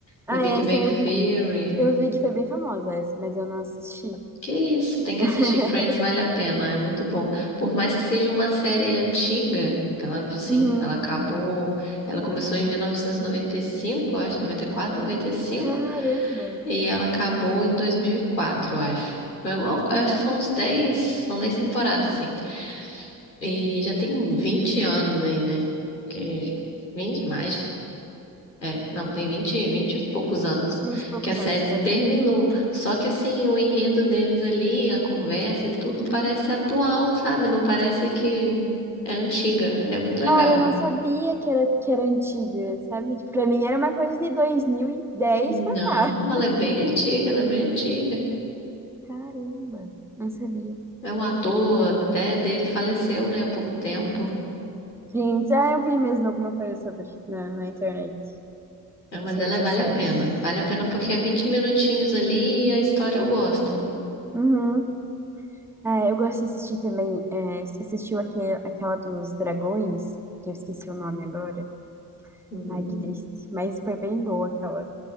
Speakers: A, in the centre; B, on the left.
A: Ah,
B: The Big
A: essa
B: Bang
A: eu vi,
B: Theory.
A: eu vi que foi bem famosa essa, mas eu não assisti.
B: Que isso, tem que
A: <laughs>
B: assistir Friends, vale a pena, é muito bom. Por mais que seja uma série antiga, que ela, assim,
A: Uhum.
B: ela acabou, ela começou em 1995, eu acho, 94, 95,
A: Caramba!
B: e cinco, e ela acabou em 2004, eu acho. Eu, eu
A: Aham,
B: acho que são uns 10, são 10 temporadas, assim. E já tem um 20 anos aí, né? Que 20 mais. É, não, tem vinte, vinte e poucos anos
A: Vinte e poucos
B: que a série
A: anos. aham.
B: terminou. Só que assim, o enredo deles ali, a conversa e tudo parece atual, sabe? Não parece que é antiga. É muito legal.
A: Cara, eu não sabia que era, que era antiga, sabe? Tipo, pra mim era uma coisa de 2010
B: Não,
A: pra cá.
B: ela é bem antiga, ela é bem antiga.
A: Caramba! Não sabia.
B: É um ator
A: Que Legal.
B: até dele faleceu, né, há pouco tempo.
A: Friends, ah, eu vi mesmo alguma coisa sobre na, na internet,
B: É, mas
A: nas redes
B: ela é,
A: sociais.
B: vale a pena. Vale a pena porque é 20 minutinhos ali e a história eu gosto.
A: Uhum. É, eu gosto de assistir também. É, você assistiu aquele, aquela dos dragões, que eu esqueci o nome agora.
B: Hum,
A: Ai, que triste. Mas foi bem boa aquela.